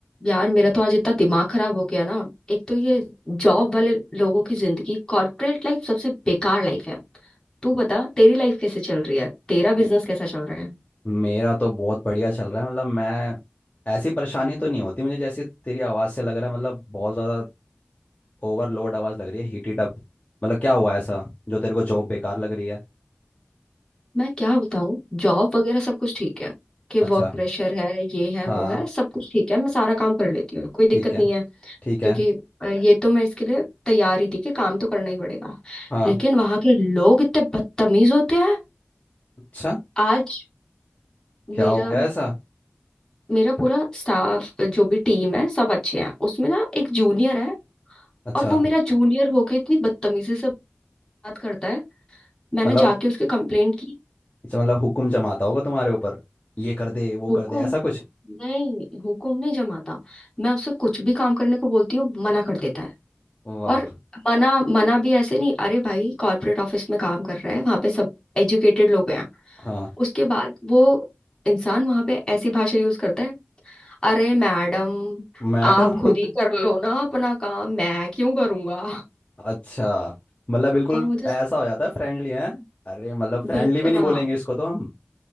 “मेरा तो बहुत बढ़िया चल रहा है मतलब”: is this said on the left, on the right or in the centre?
Left